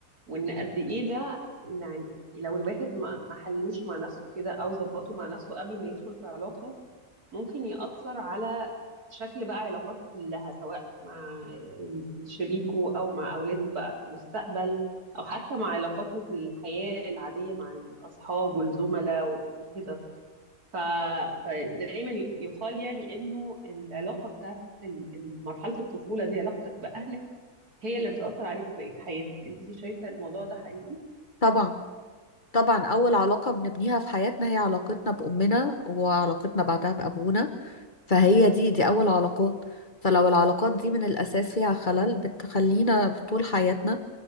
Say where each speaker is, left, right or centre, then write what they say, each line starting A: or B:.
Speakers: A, on the right (about 85°); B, on the left (about 35°).
A: وان قد ايه ده يعني لو الواحد ما ما حلوش مع نفسه كده او ظبطه مع نفسه قبل ما يدخل في علاقة ممكن يأثر على شكل بقى علاقاته كلها سواء مع شريكه او مع اولاده بقى في المستقبل او حتى مع علاقاته في الحياة العادية مع الاصحاب والزملاء وكده ف... فدايما ي- يقال يعني انه العلاقه بتاعت ال- ال- مرحله الطفوله دي علاقتك باهلك هي اللي بتاثر عليك في بقيه حياتك انت شايفه الموضوع ده حقيقي
B: طبعا طبعا أول علاقة بنبنيها في حياتنا هي علاقتنا بأمنا وعلاقتنا بعدها بأبونا فهي دي دي أول علاقات فلو العلاقات دي من الأساس فيها خلل بتخلينا طول حياتنا